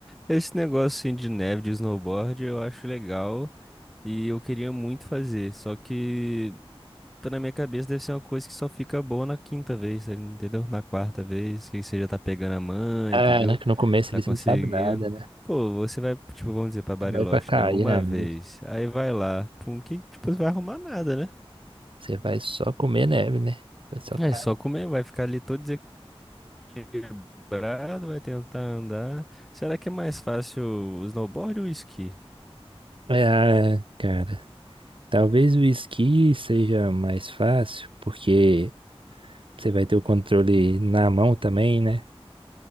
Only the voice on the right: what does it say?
Ah,
né? Que no começo
ali
você não sabe nada, né?
Você vai pra cair
na
neve.
Você vai só comer neve, né? Você vai só cair.
É, cara. Talvez o esqui seja mais fácil, porque você vai ter o controle na mão também, né?